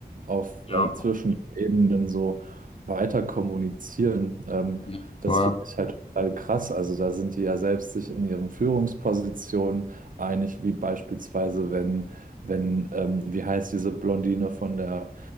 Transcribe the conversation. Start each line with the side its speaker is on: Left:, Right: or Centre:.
Right: auf
Left: ja,
Right: äh, zwischen den Ebenen so weiter kommunizieren. Ähm,
Left: Ja,
Right: das
Left: voll.
Right: finde ich halt total krass. Also da sind die ja selbst sich in ihren Führungspositionen einig, wie beispielsweise, wenn, wenn ähm, wie heißt diese Blondine von der